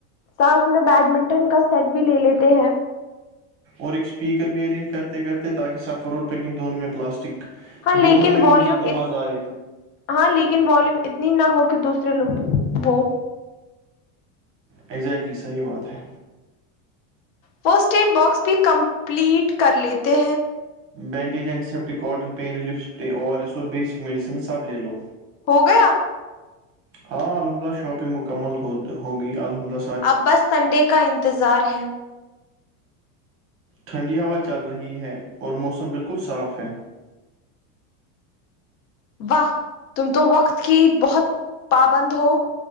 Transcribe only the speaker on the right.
اور ایک اسپیکر بھی ارینج کرتے کرتے تاکہ سف روڈ پکنک دونوں میں پلاسٹک
دونوں میں میوزک
کا مزا آئے
اگزیکٹلی صحیح بات ہے
bandage antiseptic cotton pain relief spray O R S اور بیسک میڈسنز سب لے لو
ہاں الحمدلہ شاپنگ مکمل ہو ہوگی الحمد لہ
ٹھنڈی ہوا چل رہی ہے اور موسم بالکل صاف ہے